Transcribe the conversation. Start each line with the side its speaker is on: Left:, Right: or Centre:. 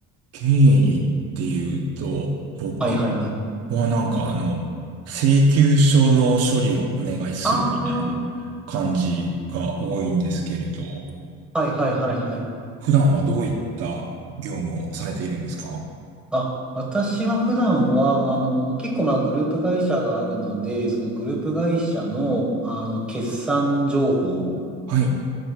Right: 経理っていうと、僕
Centre: はい、はい、はい。
Right: はなんかあの、請求書の処理をお願いするみたいな
Centre: ああ。
Right: 感じが多いんですけれど、
Centre: はい、はい、はい、はい。
Right: 普段はどういった業務をされているんですか
Centre: あ、私は普段は、あの、結構、まあ、グループ会社があるので、そのグループ会社の、あの、決算情報、
Right: はい。